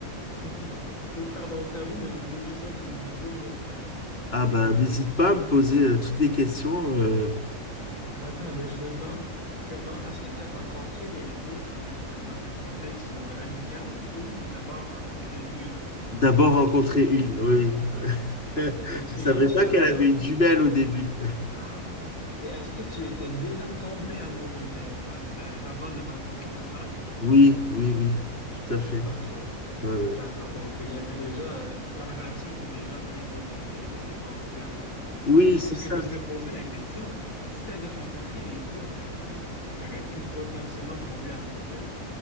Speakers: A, on the left; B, on the left.
A: <laughs> Pardon, termine, mais j'ai des questions qui me brûlent les lèvres.
B: ah
A: Mais continue.
B: bah, n'hésite pas à me poser euh, toutes les questions. euh,
A: Bah, attends, mais je me demande comment est-ce que tu as rencontré les deux en même temps dans un contexte où- amical ou tu as d'abord rencontré une?
B: d'abord rencontrer une, oui, oui.
A: OK.
B: <laughs>
A: Et,
B: Je savais
A: et quand tu
B: pas
A: as
B: qu'elle
A: rencontré
B: avait une jumelle au début.
A: Ah! Et est-ce que tu étais déjà tombé amoureux d'elle a- euh, avant de rencontrer sa sœur?
B: Oui, oui, oui, tout à fait.
A: OK.
B: Ouais, ouais.
A: D'accord. Donc, euh, il y avait déjà, euh, la relation était déjà bien développée, tu étais tombé amoureux d'elle. OK.
B: Oui, c'est
A: Parce
B: ça.
A: que je me serais posé la question, si tu avais rencontré les deux en même temps, tu aurais pu potentiellement tomber amoureux, de-